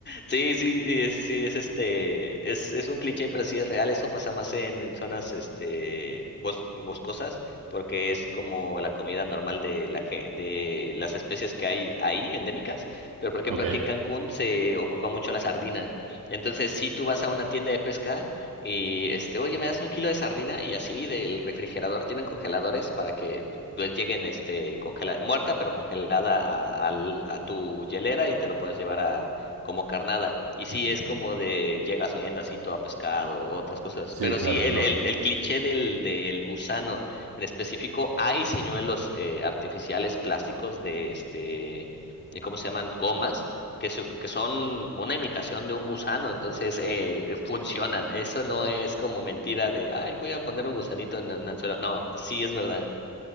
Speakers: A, on the left; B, on the right.
A: Sí, sí, y es, sí, es este, es, es un cliché, pero sí es real, eso pasa más en, en zonas este bos- boscosas, porque es como la comida normal de la ge- de las especies que hay ahí, endémicas, pero por ejemplo
B: Ok,
A: aquí en Cancún se ocupa mucho la sardina. Entonces, si tú vas a una tienda de pesca y este, oye, me das un kilo de sardina, y así del refrigerador tienen congeladores para que pues lleguen este congelada, muerta pero congelada a, al- a tu hielera y te lo puedas llevar a como carnada. Y sí, es como de llegas oliendo así todo a pescado o otras cosas.
B: sí,
A: Pero
B: claro,
A: sí, el,
B: no.
A: el, el cliché del, del gusano en específico, hay señuelos eh, artificiales plásticos de este, de ¿cómo se llaman? Gomas. Que, su- que son una imitación de un gusano, entonces eh, funcionan. Eso no es como mentira de, ay, voy a poner un gusanito en un anzuelo. No, sí es verdad.